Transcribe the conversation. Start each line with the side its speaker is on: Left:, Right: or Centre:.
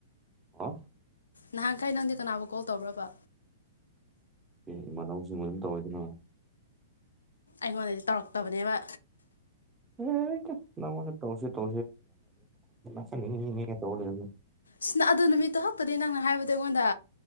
Right: ꯍꯥ
Left: ꯅꯍꯥꯟꯈꯥꯏ ꯅꯪꯗꯤ ꯀꯅꯥꯕꯨ ꯀꯣꯜ ꯇꯧ꯭ꯔꯕ
Right: ꯑꯦ ꯏꯃꯅꯥꯎꯁꯤꯡꯕ ꯑꯗꯨꯝ ꯇꯧꯋꯏꯗꯅ
Left: ꯑꯩꯉꯣꯟꯗꯗꯤ ꯇꯧꯔꯛꯇꯕꯅꯦꯕ
Right: ꯇꯣꯁꯤ ꯇꯣ ꯀ ꯇꯣ
Left: ꯁꯤꯅ ꯑꯗꯨ ꯅꯨꯃꯤꯠꯇꯨ ꯈꯛꯇꯗꯤ ꯅꯪꯅ ꯍꯥꯏꯕꯗ ꯑꯩꯉꯣꯟꯗ